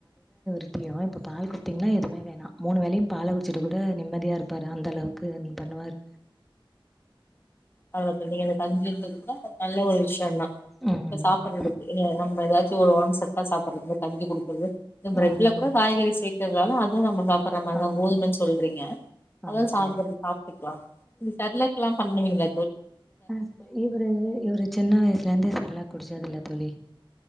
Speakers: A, in the centre; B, on the left.
A: குத்தியு இப்ப பால் குடுத்தீங்கன்னா எதுவுமே வேணா மூணு வேலையு பால குடிச்சிட்டு கூட நிம்மதியா இருப்பாரு அந்த அளவுக்கு பண்ணுவாரு
B: அவ்ளதா தோழி நீங்க இந்த கஞ்சின்டு கூட நல்ல ஒரு விஷயம் தா
A: ம்.
B: இப்ப சாப்பிடறதுக்கு நம்ம ஏதாச்சு ம் சத்தா சாப்பிறது கஞ்சி குடுக்குறது இந்த பிரெட்ல
A: ம்.
B: கூட காய்கறி சே இருந்தாலு அதுவும் நம்ம பா பண்ற மாதிரிதா
A: ஆமா.
B: கோதுமனு சொல்றீங்க அதா
A: ஆமா
B: சாப்பறது
A: தோழி.
B: சாப்ட்டுக்லாம் இந்த சர்லக்கெல்லா பண்ணுவீங்கள
A: ம் இவரு இவரு சின்ன வயசுல இருந்தே சர்லாக் குடிச்சது இல்ல தோழி